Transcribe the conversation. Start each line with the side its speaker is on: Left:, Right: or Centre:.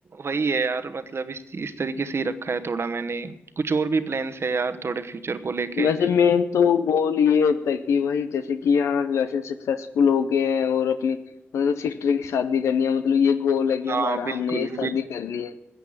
Right: वही है यार मतलब इस इस तरीके से ही रखा है थोड़ा मैंने कुछ और भी प्लान्स है यार थोड़े फ्यूचर को लेके
Left: वैसे मेन तो गोल ये होता है कि भाई जैसे कि यहाँ वैसे सक्सेसफुल हो गए हैं और अपनी मतलब सिस्टर की शादी करनी है मतलब ये गोल है कि
Right: हाँ
Left: हमारा
Right: बिल्कुल
Left: हमने ये शादी
Right: बिल,
Left: करनी है